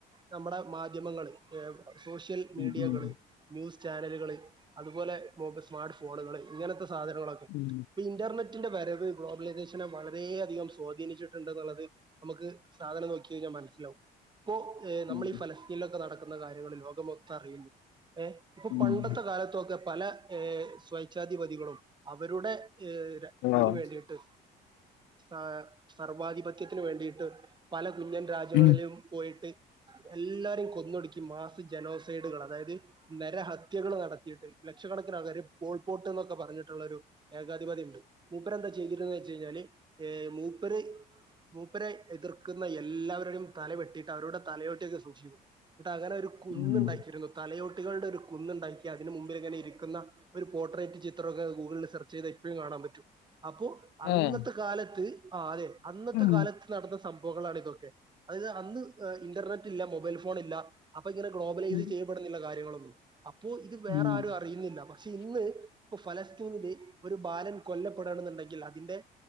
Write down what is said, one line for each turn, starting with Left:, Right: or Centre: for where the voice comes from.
Right: നമ്മടെ മാധ്യമങ്ങള് ഏ സോഷ്യൽ മീഡിയകള്
Left: ഉം ഉം
Right: ന്യൂസ് ചാനലുകള് അതുപോലെ മോക്കസ് സ്മാർട്ട് ഫോണുകള് ഇങ്ങനത്തെ സാധനങ്ങളൊക്കെ
Left: ഉം
Right: ഇപ്പം ഇന്റർനെറ്റിന്റെ വരവ് ഗ്ലോബലൈസേഷനെ വളരെയധികം സ്വാധീനിച്ചിട്ട്ണ്ട് എന്ന്ള്ളത് നമക്ക് സാധനം നോക്കി കയ്ഞ്ഞാ മൻസ്സിലാവും. ഇപ്പോ ഏ നമ്മള്
Left: ഉം
Right: ഈ ഫലസ്തീനിലൊക്കെ നടക്കുന്ന കാര്യങ്ങള് ലോകമൊത്തം അറിയുന്നു ഏഹ് അപ്പൊ
Left: ഉം
Right: പണ്ടത്തെ കാലത്തൊക്കെ പല ഏഹ് സ്വൈച്ഛാധിപതികളും അവരുടെ ഏഹ് ഇതിന്
Left: ആഹ്
Right: വേണ്ടിയിട്ട് സ സർവാധിപത്യത്തിന് വേണ്ടിയിട്ട് പല കുഞ്ഞൻ രാജ്യങ്ങളിലും
Left: ഉം
Right: പോയിട്ട് എല്ലാരെയും കൊന്നൊടുക്കി മാസ ജനോസൈഡുകൾ അതായത് നര ഹത്യകൾ നടത്തിയിട്ട് ലക്ഷക്കണക്കിന ആൾകാർ പോൾപോട്ട് എന്നൊക്കെ പറഞ്ഞിട്ടുള്ളൊരു ഏകാധിപതി ഉണ്ട് മൂപ്പർ എന്താ ചെയ്തിരന്ന് വെച്ച കഴിഞ്ഞാല് ഏ മൂപ്പര് മൂപ്പരെ എതിർക്കുന്ന എല്ലാവരുടെയും തല വെട്ടിയിട്ട് അവരുോടെ തലയോട്ടിയൊക്കെ സൂക്ഷിക്കും ഇട്ട് അങ്ങനെ ഒരു കുന്നു
Left: ഉം
Right: ഉണ്ടാക്കിരുന്നു തലയോട്ടികളുടെ ഒരു കുന്നു ഉണ്ടാക്കി അതിന്ന് മുമ്പിൽ ഇങ്ങനെ ഇരിക്കുന്ന ഒര് പോട്രേറ്റ് ചിത്രമൊക്കെ ഗൂഗുളിൽ സെർച്ച് ചെയ്ത ഇപ്പഴും കാണാൻ പറ്റും. അപ്പൊ അന്നത്തെ
Left: ഏഹ്
Right: കാലത്ത് ആ അതെ അന്നത്തെ
Left: ഉം
Right: കാലത്ത് നടന്ന സംഭവങ്ങളാണ് ഇതൊക്കെ അതായത് അന്ന് ഇന്റർനെറ്റ് ഇല്ല മൊബൈൽ ഫോൺ ഇല്ല അപ്പൊ ഇങ്ങനെ ഗ്ലോബലൈസ്
Left: ഉം
Right: ചെയ്യപ്പെടുന്നില്ല കാര്യങ്ങളൊന്നും അപ്പോ ഇത് വേറെ
Left: ഉം
Right: ആരും അറിയുന്നില്ല പക്ഷെ ഇന്ന് ഇപ്പൊ ഫലസ്തീനില് ഒരു ബാലൻ കൊല്ലപ്പെടണെന്നുണ്ടെങ്കിൽ അതിന്റെ